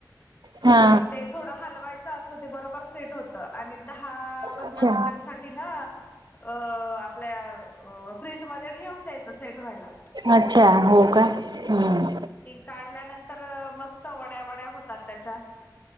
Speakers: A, on the right; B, on the left.
A: हा
B: आणि ते थोडां हालवायचं असं ते बरोबर सेंट होतं आणि दहा पंधरा
A: अच्छा
B: मिनिटांसाठी नां अं आपल्यां फ्रीजमंध्यें ठेवूंन द्यायचं सेंट व्हांयलां
A: अच्छा हो कां हम्मं
B: काढल्यांनंतर मस्तं वड्यां वड्यां होतांत त्यांच्या